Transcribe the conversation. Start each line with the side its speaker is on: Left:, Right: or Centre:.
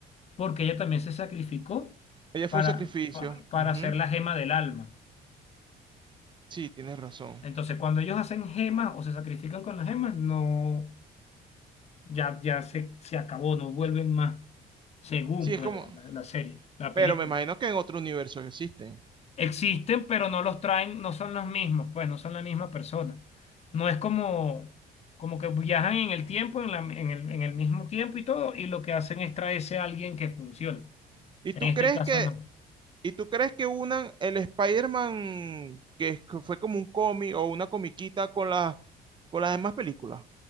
Left: porque ella también se sacrificó
Right: Ella
Left: para,
Right: fue un sacrificio.
Left: pa- para
Right: Ujú.
Left: hacer la gema del alma.
Right: Sí, tienes razón.
Left: Entonces, cuando ellos hacen gemas o se sacrifican con las gemas, no. ya, ya se, se acabó, no vuelven más, según
Right: Sí,
Left: pues
Right: es como,
Left: la, la- la serie, la
Right: pero
Left: película.
Right: me imagino que en otro universo existen.
Left: Existen, pero no los traen, no son los mismos, pues no son la misma persona. No es como, como que viajan en el tiempo, en la- en el, en el mismo tiempo y todo, y lo que hacen es traerse a alguien que funcione.
Right: ¿Y tú
Left: En este
Right: crees
Left: caso
Right: que,
Left: no.
Right: y tú crees que unan el Spider-Man que es- que fue como un cómic o una comiquita con las con las demás películas?